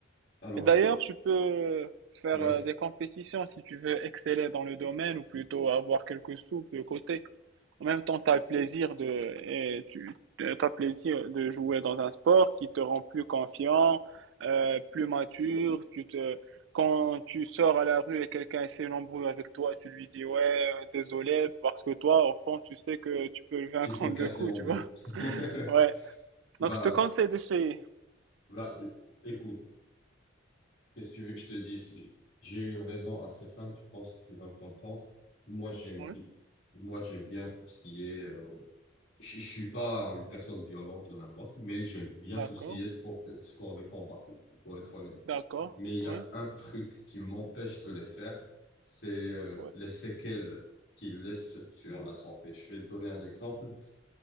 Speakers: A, on the left; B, on the right.
A: Alors,
B: Et d'ailleurs,
A: euh,
B: tu peux faire
A: oui,
B: euh, des compétitions si tu veux exceller dans le domaine ou plutôt avoir quelques sous de côté. En même temps, tu as le plaisir de, et tu, t'as plaisir de jouer dans un sport qui te rend plus confiant, euh, plus mature. Tu te, quand tu sors à la rue et quelqu'un essaie une embrouille avec toi, tu lui dis ouais, euh, désolé, parce que toi, au fond, tu sais que tu peux le vaincre
A: tu peux
B: en
A: me casser
B: deux coups,
A: en
B: tu
A: deux.
B: vois.
A: <laughs>
B: Ouais.
A: Bah,
B: Donc, je te conseille d'essayer.
A: là écoute. Qu'est-ce que tu veux que je te dise? J'ai une raison assez simple, je pense que tu vas comprendre. Moi, j'aime
B: Oui,
A: bien. Moi, j'aime bien tout ce qui est... euh, Je, je suis pas une personne violente ou n'importe, mais j'aime bien
B: d'accord,
A: tout ce qui est sport, de- sport de combat, pour être honnête.
B: d'accord.
A: Mais il y
B: Oui,
A: a un truc qui m'empêche de les faire, c'est euh,
B: oui,
A: les séquelles qu'ils laissent sur la santé. Je vais te donner un exemple.